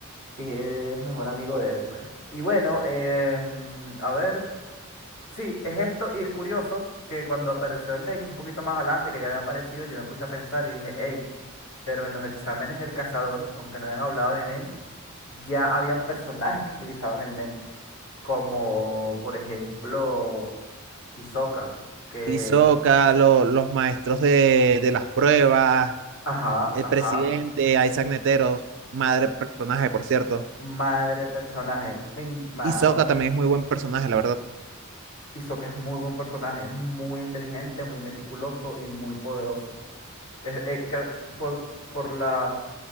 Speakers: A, on the left (about 70°); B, on the right (about 60°).
A: que es el mejor amigo de él, pues. Y bueno, em, a ver, sí, es esto, y curioso que cuando apareció el Den un poquito más adelante, que ya había aparecido, yo me puse a pensar y dije, hey, pero en los exámenes del cazador, aunque no habían hablado de Nen, ya habían personajes que utilizaban el Nen, como por ejemplo Hisoka, que,
B: Hisoka, lo- los maestros de, de las pruebas,
A: ajá,
B: el
A: ajá.
B: presidente, Isaac Netero, madre personaje, por cierto.
A: Madre personaje, mi mano.
B: Hisoka también es muy buen personaje, la verdad.
A: Hizo que es muy buen personaje, muy inteligente, muy meticuloso y muy poderoso. Eh, eh, ca- por, por la,